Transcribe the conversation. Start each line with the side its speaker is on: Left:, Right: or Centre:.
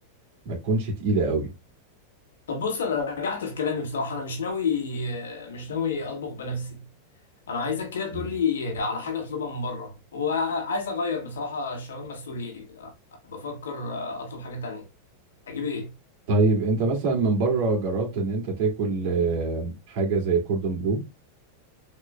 Right: ما تكونش تقيله قوي
Left: طب بص انا رجعت في كلامي بصراحه انا مش ناوي مش ناوي اطبخ بنفسي انا عايزك كده تقول
Right: تمام.
Left: لي على حاجه اطلبها من بره وعايز اغير بصراحه الشاورما السوري بفكر اطلب حاجه تانية اجيب ايه
Right: طيب انت مثلا من بره جربت ان انت تاكل آه، حاجه زي كوردون بلو